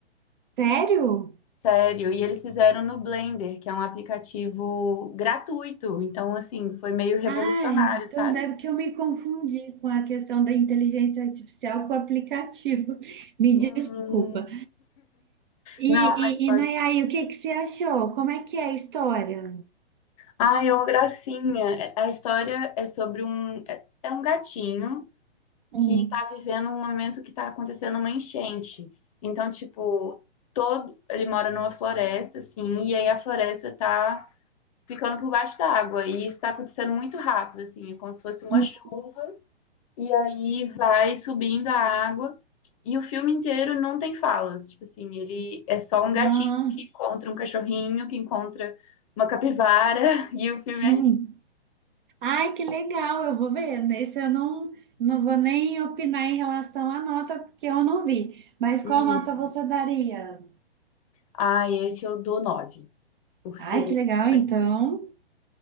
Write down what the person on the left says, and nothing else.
sério. E eles fizeram no Blender, que é um aplicativo gratuito. Então, assim, foi meio revolucionário,
sabe?
Hum,
não, mas
pode.
Ai, é uma gracinha. A história é sobre um. É é um gatinho.
que está vivendo um momento que está acontecendo uma enchente. Então, tipo, todo ele mora numa floresta, assim, e aí a floresta está ficando por baixo da água e está acontecendo muito rápido, assim, é como se fosse uma
chuva e aí vai subindo a água e o filme inteiro não tem falas, tipo assim, ele é só um gatinho
que encontra um cachorrinho, que encontra uma capivara <laughs> e o filme
é lindo.
Hum.
Ah, esse eu dou nove, porque
esse
foi